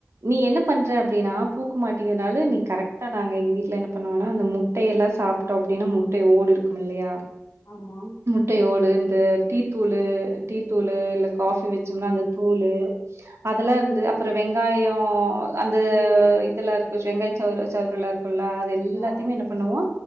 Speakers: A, on the right; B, on the left.
A: நீ என்ன பண்ற அப்டீனா பூக்கு மாட்டேங்கித்னால நீ கரெக்டா நாங்க எங்க வீட்ல என்ன பண்ணுவோன்னா அந்த முட்டையெல்லா சாப்ட்டோ அப்டினா மு ட்டை ஓடு இருக்குமில்லையா
B: ஆமா
A: முட்டையோடு இந்த டீத்தூளு டீத்தூளு இல்ல காஃபி வச்சோம்னா அந்த தூளு அதெல்லா இருந்து அப்புற வெங்காயோ அந்த
B: தோலு
A: இதெல்லா இருக்கு ஷ வெங்காய சவுறு சவுறுல்லா இருக்குல்லா அது எல்லாத்திய்மே
B: ஆ
A: என்ன பண்ணுவோ